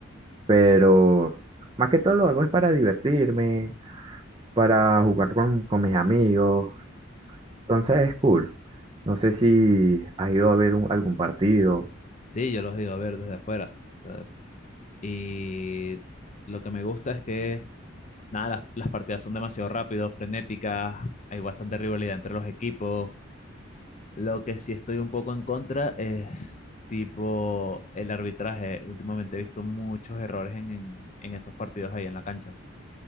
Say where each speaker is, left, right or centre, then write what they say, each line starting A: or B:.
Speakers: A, on the right; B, on the left.
A: pero más que todo lo hago es para divertirme, para jugar con, con mis amigos, entonces es cool. No sé si has ido a ver un- algún partido.
B: Sí, yo los he ido a ver desde afuera. o sea, Y lo que me gusta es que, nada, las, las partidas son demasiado rápidas, frenéticas, hay bastante rivalidad entre los equipos. Lo que sí estoy un poco en contra es tipo el arbitraje. Últimamente he visto muchos errores en, en en esos partidos ahí en la cancha.